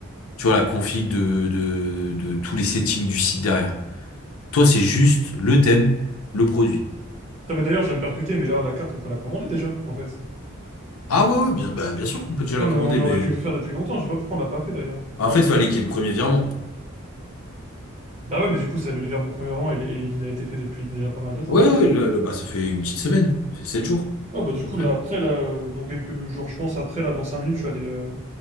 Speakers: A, on the left; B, on the right.
A: Tu vois, la config de, de, de tous les settings du site derrière. Toi, c'est juste le thème, le produit.
B: Putain, mais d'ailleurs, je viens de percuter, mais là, la carte, on peut la commander déjà, en fait.
A: Ah ouais, ouais, bien, bah, bien sûr qu'on peut déjà la
B: On,
A: commander,
B: on aurait
A: mais
B: dû le faire depuis longtemps, je sais pas pourquoi on l'a pas fait d'ailleurs.
A: en fait, fallait qu'il y ait le premier virement.
B: Bah ouais, mais du coup, ça, le livreur, mon premier roman, il, il a été fait depuis déjà pas mal de temps,
A: Ouais,
B: gros.
A: ouais, là, là, bah, ça fait une petite semaine, ça fait 7 jours,
B: Ah bah du
A: à
B: coup
A: peu près.
B: là après là euh, dans quelques jours je pense après là dans 5 minutes je vais aller euh,